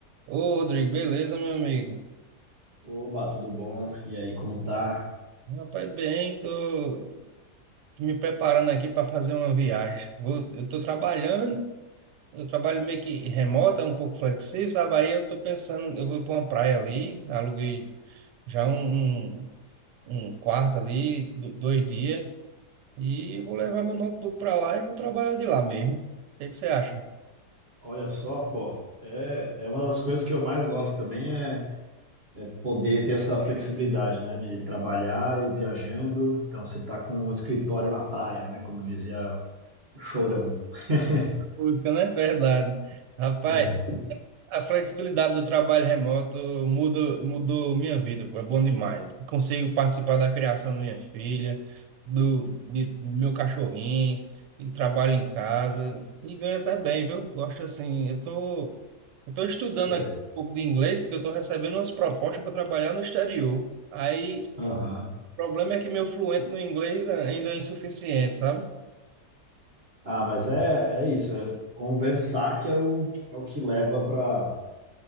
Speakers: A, on the right; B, on the right.
A: Ô, Rodrigo, beleza, meu amigo?
B: Oba, tudo bom? E aí, como tá?
A: Rapaz, bem, tô me preparando aqui para fazer uma viagem. Vou- eu tô trabalhando, eu trabalho meio que remota, um pouco flexível, sabe? Aí eu tô pensando, eu vou para uma praia ali, aluguei já um, um, um quarto ali, do- dois dias, e eu vou levar meu notebook para lá e vou trabalhar de lá mesmo. O que que você acha?
B: Olha só, pô, é, é uma das coisas que eu mais gosto também é, é poder ter essa flexibilidade, né, de trabalhar e viajando. Então, você tá com um escritório na praia, né, como dizia o Chorão. <laughs>
A: Música, né? Verdade. Rapaz,
B: É,
A: A flexibilidade do trabalho remoto muda, mudou minha vida, pô, é bom demais. Consigo participar da criação da minha filha, do, de- do meu cachorrinho, e trabalho em casa, e ganho até bem, viu? Gosto assim, eu tô, eu tô estudando
B: é,
A: aqui um pouco de inglês, porque eu tô recebendo umas propostas para trabalhar no exterior. Aí,
B: aham.
A: o problema é que meu fluente no inglês ainda é insuficiente, sabe?
B: Ah, mas é, é isso, é conversar que é o, é o que leva para